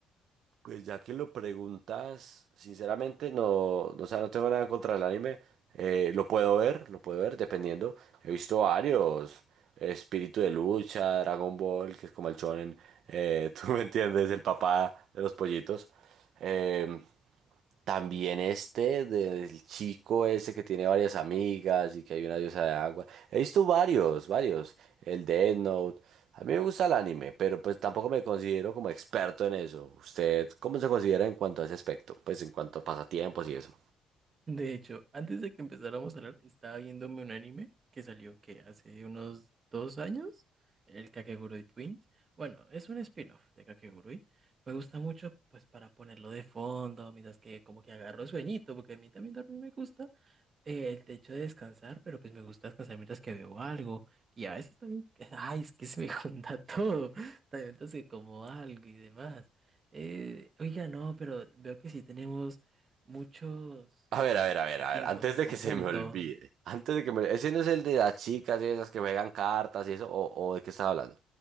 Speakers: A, on the right (about 65°); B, on the right (about 35°).
A: Pues ya que lo preguntas, sinceramente no, no, o sea, no tengo nada contra el anime. Eh, lo puedo ver, lo puedo ver, dependiendo. He visto varios. Espíritu de lucha, Dragon Ball, que es como el shonen. eh, <laughs> tú me entiendes, el papá de los pollitos. Eh, también este del chico ese que tiene varias amigas y que hay una diosa de agua. He visto varios, varios. El de Death Note. A mí me gusta el anime, pero pues tampoco me considero como experto en eso. ¿Usted cómo se considera en cuanto a ese aspecto? Pues en cuanto a pasatiempos y eso.
B: De hecho, antes de que empezáramos a hablar, estaba viéndome un anime que salió que hace unos dos años, el Kakegurui Twins. Bueno, es un spin-off de Kakegurui. Me gusta mucho, pues, para ponerlo de fondo, mientras que como que agarro sueñito, porque a mí también dormir me gusta. eh, el hecho de descansar, pero pues me gusta descansar mientras que veo algo. Y a veces también, <laughs> que- ay, es que se me <laughs> junta todo. También mientras que como algo y demás. Eh, oiga, no, pero veo que sí tenemos muchos
A: A ver, a
B: como
A: ver,
B: pasatiempos
A: a ver, a ver. Antes
B: en
A: de
B: conjunto.
A: que se me olvide. Antes de que me... Ese no es el de las chicas y esas que juegan cartas y eso. ¿O, o de qué estaba hablando?